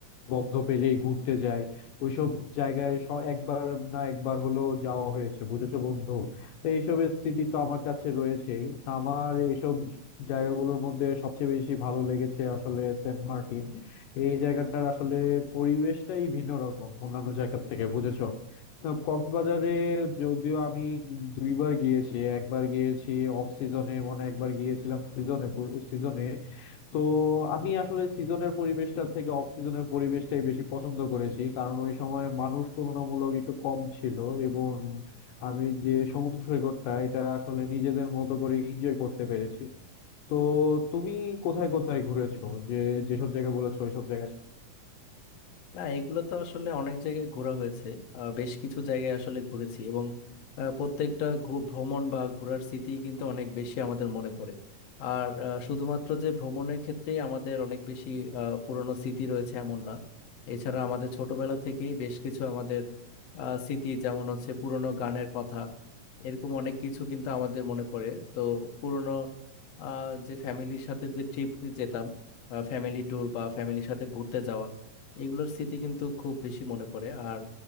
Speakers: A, on the left (about 75°); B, on the left (about 55°).
A: বন্ধ পেলেই ঘুরতে যায় ওইসব জায়গায় স- একবার না একবার হলেও যাওয়া হয়েছে বুঝেছো বন্ধু তো এইসবের স্মৃতি তো আমার কাছে রয়েছেই আমার এইসব জায়গাগুলোর মধ্যে সবচেয়ে বেশি ভালো লেগেছে আসলে সেন্ট মার্টিন এই জায়গাটার আসলে পরিবেশটাই ভিন্ন রকম অন্যান্য জায়গা থেকে বুঝেছো না, কক্সবাজারে যদিও আমি দুইবার গিয়েছি একবার গিয়েছি অফ সিজনে মনে হয় একবার গিয়েছিলাম সিজনে সিজনে তো আমি আসলে সিজনের পরিবেশটার থেকে অফ সিজনের পরিবেশটাই বেশি পছন্দ করেছি কারণ ওই সময় মানুষ তুলনামূলক একটু কম ছিল এবং আমি যে সমুদ্র সৈকতটা এটা আসলে নিজেদের মতো করে এনজয় করতে পেরেছি তো তুমি কোথায় কোথায় ঘুরেছো যে যেসব জায়গা বলেছো ওইসব জায়গা
B: না এগুলো তো আসলে অনেক জায়গায় ঘোরা হয়েছে আহ, বেশ কিছু জায়গায় আসলে ঘুরেছি এবং আহ, প্রত্যেকটা ঘু- ভ্রমণ বা ঘোরার স্মৃতি কিন্তু অনেক বেশি আমাদের মনে পড়ে আর আহ, শুধুমাত্র যে ভ্রমণের ক্ষেত্রেই আমাদের অনেক বেশি আহ, পুরনো স্মৃতি রয়েছে এমন না এছাড়া আমাদের ছোটবেলা থেকেই বেশ কিছু আমাদের আহ, স্মৃতি যেমন হচ্ছে পুরনো গানের কথা এরকম অনেক কিছু কিন্তু আমাদের মনে পড়ে তো পুরনো আহ, যে ফ্যামিলির সাথে যে ট্রিপ যেতাম ফ্যামিলি ট্যুর বা ফ্যামিলির সাথে ঘুরতে যাওয়া এগুলোর স্মৃতি কিন্তু খুব বেশি মনে পড়ে আর